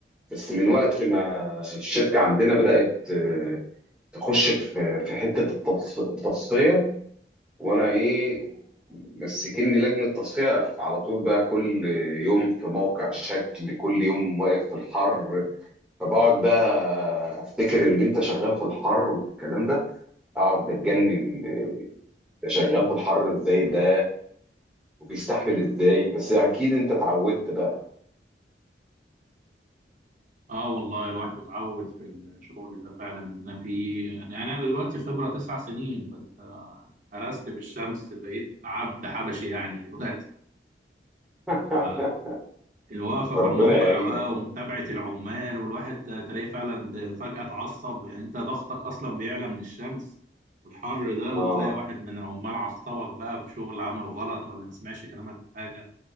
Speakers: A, in the centre; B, on the right.
A: بس من وقت ما الشركه عندنا بدات آه، تخش في في حته التص- التصفيه وانا ايه مسكني لجنه تصفيه على طول بقى كل يوم في موقع شكل كل يوم واقف في الحر فبقعد بقى افتكر ان انت شغال في الحر والكلام ده اقعد اتجنن آه، ده شغال في الحر ازاي ده وبيستحمل ازاي بس اكيد انت اتعودت بقى
B: اه والله الواحد اتعود في الشغل ده فعلا ان انا فيه يعني يعني انا دلوقتي خبرة تسع سنين فانت قرست في الشمس بقيت عبد حبشي يعني دلوقتي
A: <laughs>
B: آه الوقفة في
A: ربنا
B: الموقع
A: يعينك
B: بقى ومتابعة العمال والواحد تلاقيه فعلا فجأة اتعصب يعني انت ضغطك اصلا بيعلى من الشمس والحر ده وتلاقي
A: اه
B: واحد من العمال عصبك بقى في شغل عمله غلط ولا ما سمعش كلامك في حاجة